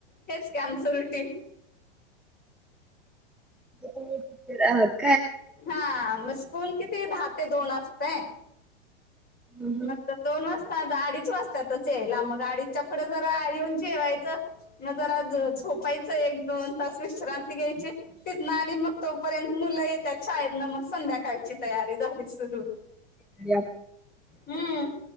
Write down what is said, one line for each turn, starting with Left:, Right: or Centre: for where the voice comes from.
Left: हेच की आमचं रुटीन
Centre: <unintelligible>
Left: हा मग स्कूल किती दहा ते दोन असतयं.
Centre: हं, हं.
Left: मग दोन वाजतात आता अडीच वाजतातच यायला मग अडीचच्या पुढं जरा येऊन जेवायचं. मग जरा ज झोपायचं एक दोन तास विश्रांती घ्यायची. तिथनं आणि मग तोपर्यंत मुलं येत्यात शाळेतनं मग संध्याकाळची तयारी झाली सुरू.
Centre: <unintelligible>
Left: हम्म.